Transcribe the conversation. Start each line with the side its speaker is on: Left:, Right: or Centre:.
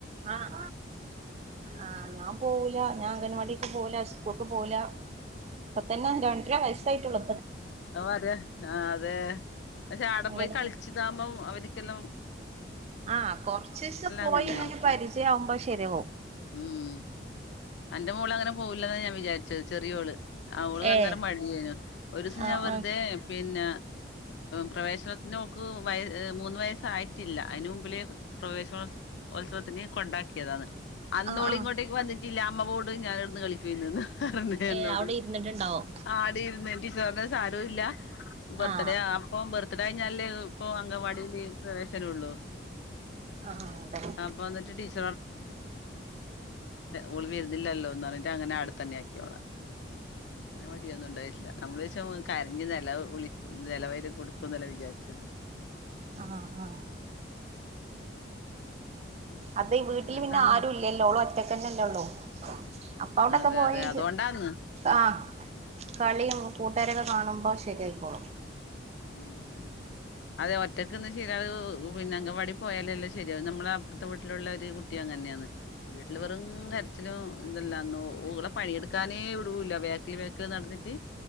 Right: ആഹ് ആഹ് ഞാൻ പോവൂല ഞാൻ അങ്കൻവാടിക്ക് പോവുല സ്കൂക്ക് പോവുല ഇപ്പതന്നെ രണ്ടര വയസായിട്ടൊള്ളൂ
Left: അത് വരെ ആ തെ പക്ഷെ ആടെ
Right: അംഗനവാടി
Left: പോയി കളിച്ച്താവുമ്പോം അവർക്ക്ക്കെല്ലാം
Right: ആഹ് കൊർച്ചീസം പോയിങ്ങനെ
Left: അങ്ങനെയാണ്
Right: പരിചയാവുമ്പത് ശെ ശെര്യവും
Left: ഉം അന്റെ മോളങ്ങനെ പോവൂല്ലാന്ന ഞാൻ വിചാര്ച്ചത് ചെറ്യോള് ആ ഓള്
Right: ഏഹ്
Left: അന്നേരം മട്യേനു ഒര് സ്
Right: ആഹ്
Left: ഞാ വെർതെ
Right: ആഹ്
Left: പിന്ന പ്രവേശനത്തിനൊക്ക് വയ മൂന്ന് വയസ്സായിട്ടില്ല അയ്ന് മുമ്പില് പ്രവേശനോൽ ഓൽത്സവത്തിന് കൊണ്ടാക്ക്യതാണ്. അന്നോള്
Right: ആഹ് ആഹ്
Left: ഇങ്ങോട്ടേക്ക് വന്നിട്ടില്ല അമ്മപോട് ഞാനിട്ന്ന് കളിക്കേണ് <unintelligible> എന്നോട്
Right: ഏഹ് അവിടെ ഇരുന്നിട്ടുണ്ടാവും
Left: ആടി <unintelligible> സാരോല്ല ബർത്ത്ഡേ
Right: ആഹ്
Left: അപ്പൊ ബർത്ത്ഡേ കയിഞ്ഞാല് ഇപ്പൊ അങ്കവാടില് പ്രവേശനൊള്ളൂ
Right: ആഹ് അതന്നെ
Left: അപ്പൊ <unintelligible> ഓള് വരുന്നില്ലല്ലോന്ന് പർഞ്ട്ടങ്ങനെ ആടെ തന്നെ ആക്കി ഓളെ അങ്ങനെ മടിയൊന്നും ഇണ്ടായിട്ടില്ല നമ്മള് വെച്ച കര്ഞ് നെല വിളി നെലവൈര്യം കൊടുക്കും ന്നല്ലേ വിചാരിച്ചത്
Right: ആഹ് ആഹ്
Left: ഉം
Right: അതെ വീട്ട്ല്
Left: പിന്നെന്താന്ന്
Right: പിന്നെ ആരും ഇല്ലല്ലോ ഓള് ഒറ്റക്കന്നെല്ലോ ഒള്ളു അപ്പ ഔടെക്കെ
Left: അതെ
Right: പോയി
Left: അതെ അതോണ്ടാന്ന്
Right: ആഹ് കളീം കൂട്ടാരൊക്കെ കാണുമ്പോ ശെരി ആയിക്കോളും
Left: ഉം ഉം അതെ ഒറ്റക്ക്ന്ന് <unintelligible> പിന്നെ അങ്കവാടി പോയാലല്ലേ ശെരിയാ നമ്മളെ അപ്പോർത്തെ വീട്ടിലുള്ള ഒരു കുട്ടി അങ്ങനെന്നെണ് വീട്ടില് വെറും കരച്ചിലും ഇന്തല്ല ഓളെ പണിയെടുക്കാനേ ഇടുല വേക്കില് വേക്കില് നടന്നിട്ട്